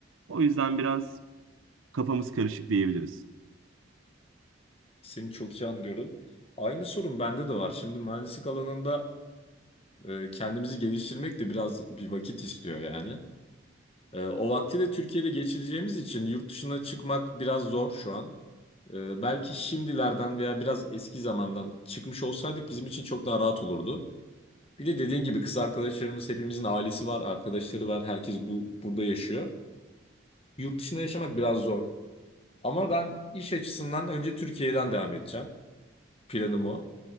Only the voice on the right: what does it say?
O yüzden biraz kafamız karışık diyebiliriz.